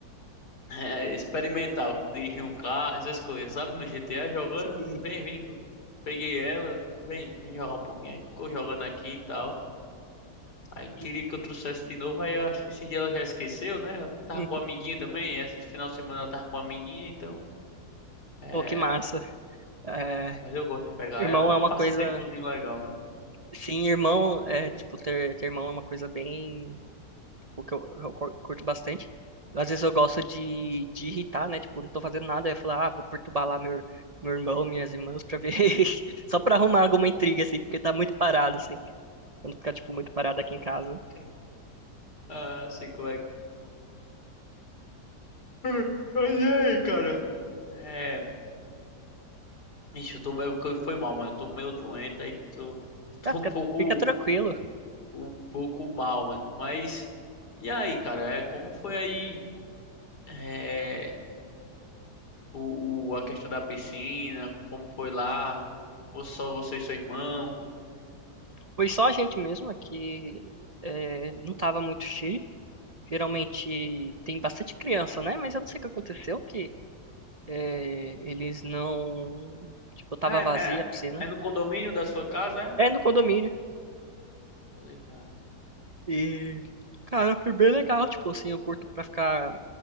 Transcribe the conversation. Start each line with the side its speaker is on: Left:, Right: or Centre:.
Left: é, experimentar, dirigir um carro, essas coisas, sabe? No GTA jogando, eu
Right: E,
Left: disse, vem, vem, peguei ela, vem, vem jogar um pouquinho aí, ficou jogando aqui e tal. Aí
Right: que-
Left: queria que eu trouxesse de novo, aí eu acho que esse dia ela já esqueceu, né? Ela tava
Right: Uhum.
Left: com a amiguinha também, esse final de semana ela tava com a amiguinha, então. É,
Right: Pô, que massa. É,
Left: mas eu gosto de pegar
Right: irmão
Left: ela, é um
Right: é uma
Left: passatempozinho
Right: coisa.
Left: legal, né?
Right: Sim, irmão, é, tipo, ter, ter irmão é uma coisa bem, tipo, que eu, eu cur- curto bastante. Às vezes eu gosto de, de irritar, né? Tipo, não tô fazendo nada, eu falar, ah, vou perturbar lá meu, meu irmão, minhas irmãs, pra ver, <laughs> só pra arrumar alguma intriga, assim, porque tá muito parado, assim, quando ficar, tipo, muito parado aqui em casa.
Left: Sim. Ah, sei como é que. <laughs> Mas e aí, cara? É. Ixi, eu tô meio. que Foi mal, mano. Eu tô meio doente, aí tô. <laughs> Tô
Right: Ah, fica,
Left: um pouco.
Right: fica tranquilo.
Left: Um pouco mal, mano. Mas. E aí, cara? É, como foi aí. É. o, o- a questão da piscina, como foi lá, ou só você e seu irmão.
Right: Foi só a gente mesmo é que é, não tava muito cheio. Geralmente tem bastante criança, né? Mas eu não sei o que aconteceu, que é, eles não... Tipo, tava
Left: Ah,
Right: vazia
Left: é,
Right: a piscina.
Left: é no condomínio da sua casa, é?
Right: É no condomínio.
Left: Tô ligado.
Right: E, cara, foi bem legal. Tipo assim, eu curto pra ficar.